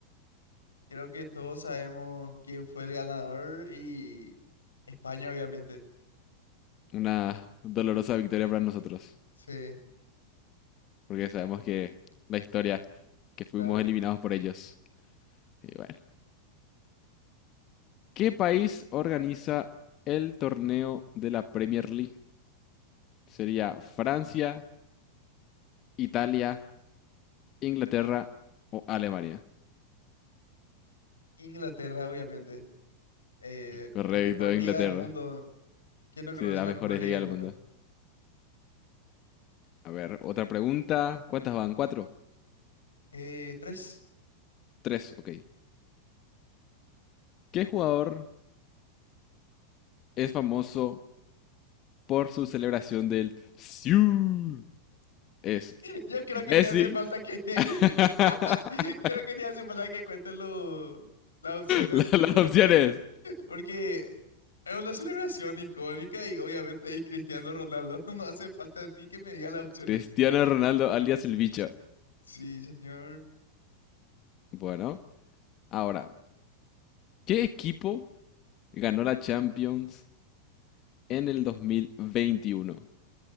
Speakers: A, on the left; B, on the left.
A: Creo que todos sabemos quién fue el ganador y España obviamente.
B: una dolorosa victoria para nosotros,
A: Sí,
B: porque sabemos que la historia, que fuimos
A: claro.
B: eliminados por ellos. Y bueno. ¿Qué país organiza el torneo de la Premier League? Sería Francia, Italia, Inglaterra o Alemania.
A: Inglaterra obviamente. Eh,
B: Correcto,
A: la mejor liga
B: Inglaterra.
A: del mundo. ¿Quién no
B: Sí,
A: conoce
B: de las
A: la
B: mejores
A: mejor liga
B: ligas
A: del
B: del
A: mundo?
B: mundo. A ver, otra pregunta. ¿Cuántas van? ¿Cuatro?
A: Eh, tres.
B: Tres, ok. ¿Qué jugador es famoso por su celebración del Siu? ¿Es
A: Yo creo
B: Messi,
A: que ni hace falta
B: <laughs>
A: que, <laughs> creo que ni hace falta que cuenten lo- las opciones,
B: La- las opciones.
A: porque es una celebración icónica y obviamente hay Cristiano Ronaldo. <laughs> No hace falta ni que me diga las opciones.
B: Cristiano Ronaldo alias el bicho.
A: Sí, señor.
B: Bueno, ahora, ¿qué equipo ganó la Champions en el 2021?